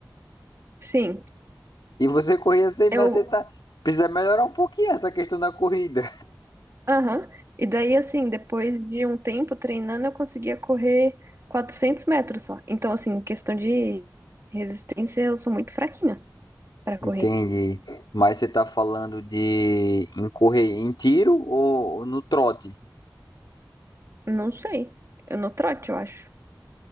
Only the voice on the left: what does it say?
E você corria assim, mas
você tá. Precisa melhorar um pouquinho essa questão da corrida.
<laughs>
Entendi. Mas você tá falando de em correr em tiro ou no trote?